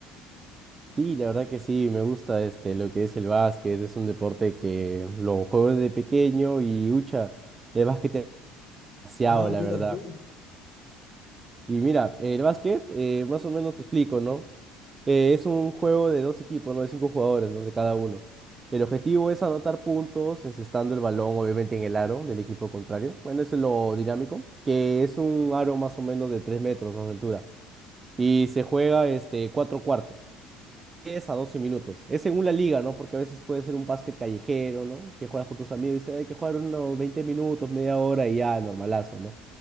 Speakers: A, on the right (about 25°); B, on the left (about 40°).
A: Sí, la verdad que sí, me gusta este lo que es el básquet, es un deporte que lo juego desde pequeño y ucha, el básquet es demasiado,
B: Ah,
A: la
B: mira
A: verdad.
B: tú.
A: Y mira, el básquet, eh, más o menos te explico, ¿no? Eh, es un juego de dos equipos, ¿no? De cinco jugadores, ¿no? De cada uno. El objetivo es anotar puntos, encestando el balón, obviamente, en el aro del equipo contrario. Bueno, eso es lo dinámico, que es un aro más o menos de tres metros, ¿no? De altura. Y se juega, este, cuatro cuartos 10 a 12 minutos. Es según la liga, ¿no? Porque a veces puede ser un básquet callejero, ¿no? Que juegas con tus amigos y dices, hay que jugar unos 20 minutos, media hora y ya, normalazo, ¿no?